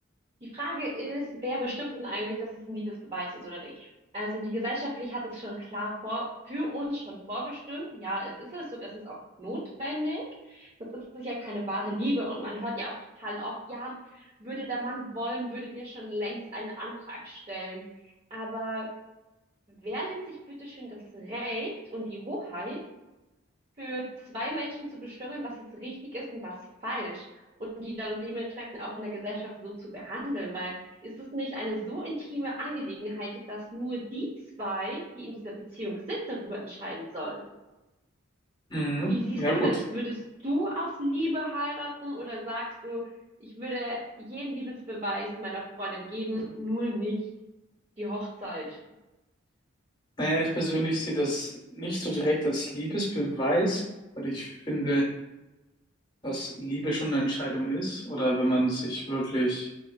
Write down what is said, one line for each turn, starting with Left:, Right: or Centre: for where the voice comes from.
Right: Die Frage ist, wer bestimmt denn eigentlich, dass es ein Liebesbeweis ist oder nicht? Also die gesellschaftlich hat es schon klar vor, für uns schon vorbestimmt. Ja, es ist es so, das ist auch notwendig. Sonst ist es ja keine wahre Liebe. Und man hört ja auch total oft, ja, würde der Mann wollen, würdet ihr schon längst einen Antrag stellen. Aber wer nimmt sich bitte schön das Recht und die Hoheit, für zwei Menschen zu bestimmen, was jetzt richtig ist und was falsch und die dann dementsprechend auch in der Gesellschaft so zu behandeln, weil ist es nicht eine so intime Angelegenheit, dass nur die zwei, die in dieser Beziehung sind, darüber entscheiden sollen?
Left: Mhm.
Right: Wie siehst
Left: Ja,
Right: du
Left: gut.
Right: das? Würdest du auf Liebe heiraten oder sagst du, ich würde jeden Liebesbeweis meiner Freundin geben, nur nicht die Hochzeit?
Left: Naja, ich persönlich sehe das nicht so direkt als Liebesbeweis, weil ich finde, dass Liebe schon eine Entscheidung ist oder wenn man sich wirklich